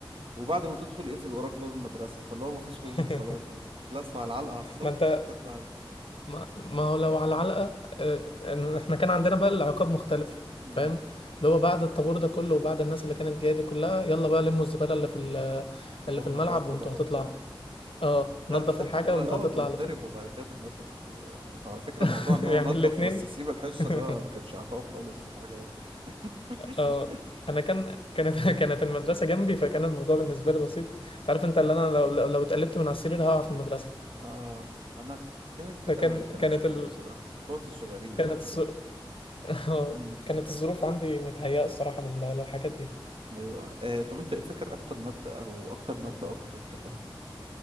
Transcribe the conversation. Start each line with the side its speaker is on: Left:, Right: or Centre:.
Right: وبعد ما تدخل يقفل وراك باب المدرسة فاللي هو مفيش
Left: <laughs>
Right: هروب خلاص تتلسع على العلقة على الصبح
Left: ما انت
Right: تطلع
Left: ما, ما هو لو على علقة آه، إن احنا كان عندنا بقى العقاب مختلف
Right: مم.
Left: فاهم اللي هو بعد الطابور ده كله وبعد الناس اللي كانت جاية دي كلها يلا بقى لموا الزبالة اللي في ال-
Right: طابور
Left: اللي في
Right: نظافة
Left: الملعب وانتوا
Right: بقى
Left: هتطلعوا
Right: وبتاع
Left: اه
Right: لا
Left: نضف
Right: ده ده
Left: الحاجة
Right: احنا كنا
Left: وانت
Right: الأول
Left: هتطلع
Right: بنتضرب
Left: على طول
Right: وبعد كده بننضف انت طب على فكرة موضوع
Left: <laughs>
Right: ان انا
Left: يعني
Right: انضف
Left: الاتنين
Right: بس اسيب الحصة
Left: <laughs>
Right: ده ما كانش عقاب خالص ده كانت حاجة حلوة <laughs>
Left: اه انا كان كانت <laughs> كانت المدرسه جنبي فكان الموضوع بالنسبه لي بسيط انت عارف انت اللي انا لو لو لو اتقلبت من على السرير هقع في المدرسه
Right: آه أنا كانت كده
Left: فكان
Right: لا ما كانتش
Left: كانت
Right: كده
Left: ال...
Right: بصراحة اخواتي الصغيرين دلوقتي
Left: كانت الظر...
Right: كده
Left: <laughs> اه
Right: امم
Left: كانت الظروف عندي متهيئه الصراحه لل... للحاجات دي
Right: أيوة آه طب أنت فاكر أكتر مادة أو أكتر مادة أو كنت بتحبها؟